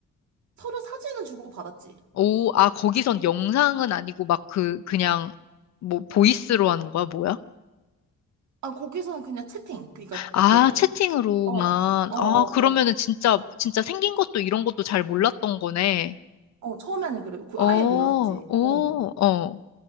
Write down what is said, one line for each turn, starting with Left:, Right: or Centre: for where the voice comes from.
Right: 서로 사진을 주고받았지.
Left: 오, 아, 거기선 영상은 아니고 막 그, 그냥, 뭐, 보이스로 하는 거야, 뭐야?
Right: 아, 거기서는 그냥 채팅. 그러니까,
Left: 아,
Right: 이게,
Left: 채팅으로만.
Right: 어, 어, 어,
Left: 아,
Right: 어.
Left: 그러면은 진짜, 진짜 생긴 것도 이런 것도 잘 몰랐던 거네.
Right: 어, 처음에는 그래, 그
Left: 어,
Right: 아예 몰랐지.
Left: 오,
Right: 어.
Left: 어.